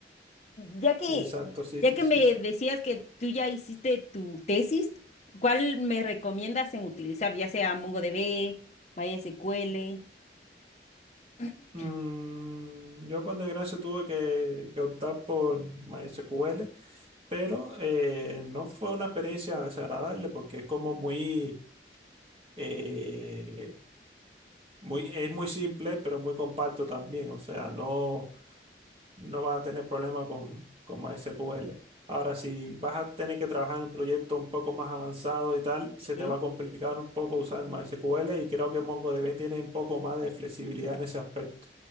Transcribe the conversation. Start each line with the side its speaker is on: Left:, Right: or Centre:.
Left: Ya que,
Right: exacto, sí,
Left: ya
Right: sí,
Left: que
Right: sí,
Left: me
Right: sí.
Left: decías que tú ya hiciste tu tesis, ¿cuál me recomiendas en utilizar, ya sea MongoDB, MySQL? <clears throat>
Right: Mm, yo por desgracia tuve que, que optar por MySQL, pero eh, no fue una experiencia desagradable porque es como muy, eh, muy, es muy simple, pero muy compacto también. O sea, no, no vas a tener problema con, con MySQL. Ahora, si vas a tener que trabajar en un proyecto un poco más avanzado y tal, se
Left: Ujú,
Right: te va a complicar un poco usar MySQL y creo que MongoDB tiene un poco más de flexibilidad en ese aspecto.